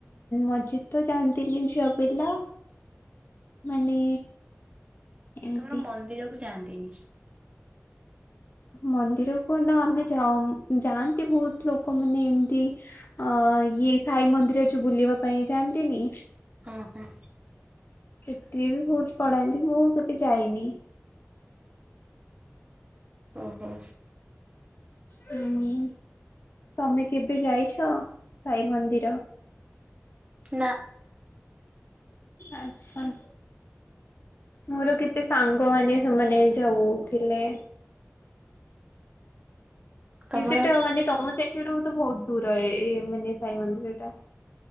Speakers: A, on the left; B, on the right.
A: ମସ୍ଜିଦ୍ ତ ଯାଆନ୍ତିନି ଝିଅ ପିଲା ମାନେ, ଏମିତି
B: ତୁମର ମନ୍ଦିର କୁ ଯାଆନ୍ତିନି।
A: ମନ୍ଦିର କୁ ନା ଆମେ ଯ ଯାଆନ୍ତି, ବହୁତ ଲୋକମାନେ ଏମିତି ଅ ଇଏ ସାଇ ମନ୍ଦିର ଯୋଉ ବୁଲିବା ପାଇଁ ଯାଆନ୍ତିନି।
B: ହଁ- ହଁ
A: ସେଥିରେ ବି ବହୁତ ପଢାନ୍ତି ମୁଁ କେବେ ଯାଇନି।
B: ଓହୋ।
A: ହୁଁ ତମେ କେବେ ଯାଇଛ, ସାଇ ମନ୍ଦିର।
B: ନା।
A: ଆଚ୍ଛା। ମୋର କେତେ ସାଙ୍ଗମାନେ ସେମାନେ ଯାଉଥିଲେ।
B: ତମର
A: ସେଟା ମାନେ ତମ ସେଠରୁ ତ ବହୁତ ଦୂର ଏ ମାନେ ସାଇ ମନ୍ଦିର ଟା।